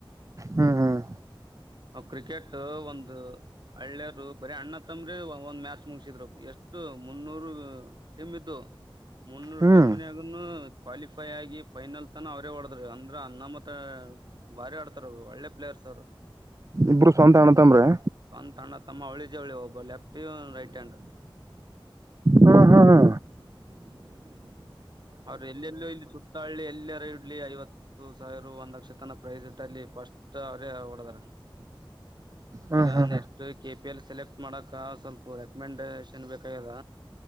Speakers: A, on the right; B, on the right.
A: ಹ್ಮ್ ಹ್ಮ್
B: ಅವ ಕ್ರಿಕೆಟ್ ಒಂದು ಹಳ್ಳಿಯರು ಬರೀ ಅಣ್ಣ ತಮ್ಮವರೇ ಒಂದ್ ಮ್ಯಾಚ್ ಮುಗಸಿದ್ರು ಎಷ್ಟ ಮುನ್ನೂರು ಟೀಮ್ ಇದ್ದು ಮುನ್ನೂರು
A: ಹ್ಮ್
B: ಟೀಮ್ನಾಗ ಕ್ವಾಲಿಫೈ ಆಗಿ ಫೈನಲ್ ತನ ಅವ್ರೇ ಹೊಡದ್ರ ಅಂದ್ರ ಅನ್ನಾಮತ್ ಭಾರಿ ಆಡ್ತಾರ ಅವರು ಒಳ್ಳೆ ಪ್ಲೇಯರ್ಸ್ ಅವರು
A: ಇಬ್ರು ಸ್ವಂತ ಅಣ್ಣ ತಮ್ಮರಿ
B: ಒಂದ ಅಣ್ಣ ತಮ್ಮ ಅವಳಿ ಜವಳಿ ಒಬ್ಬ ಲೆಫ್ಟ್ ರೈಟ್ ಆಂಡ್
A: ಹಾ ಹಾ ಹಾ
B: ಹೌರೂ ಎಲ್ಲೆಲ್ಲೂ ಇಲ್ಲಿ ಸುತ್ತಾಳ್ಳಲಿ ಎಲ್ಲರ ಇಡ್ಲಿ ಐವತ್ತು ಸಾವಿರ ಒಂದ್ ಲಕ್ಷ ತನ ಪ್ರೈಸ್ ಇಟ್ ಅಲ್ಲಿ ಫಸ್ಟ್ ಅವ್ರೇ ಹೊಓಡದಾರ
A: ಹ್ಮ್
B: ಈಗ
A: ಹ್ಮ್
B: next K P L select ಮಾಡಕ ಸ್ವಲ್ಪ ರೆಕಮೆಂಡೇಶನ್ ಬೇಕಾಗ್ಯದ